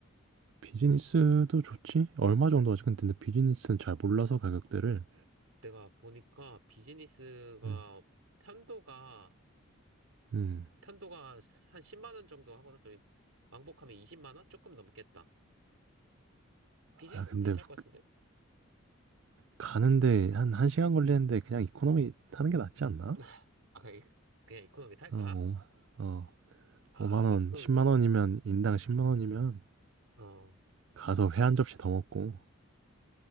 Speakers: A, on the right; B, on the right.
A: 비즈니스도 좋지? 얼마 정도 하지? 근데 근데 비즈니스는 잘 몰라서 가격대를.
B: 내가 보니까 비즈니스가,
A: 음,
B: 편도가,
A: 음.
B: 편도가 한 10만 원 정도 하거나, 그러면 왕복하면 20만 원? 조금 넘겠다. 비즈니스도
A: 아, 근데
B: 괜찮을 것 같은데?
A: 그, 가는데 한 1시간 걸리는데 그냥 이코노미 타는 게 낫지 않나?
B: <laughs> 아, 그냥 이- 그냥 이코노미 탈까?
A: 어, 5, 어,
B: 아,
A: 5만
B: 그럼
A: 원,
B: 그,
A: 10만 원이면 인당 10만 원이면
B: 어,
A: 가서 회 한 접시 더 먹고.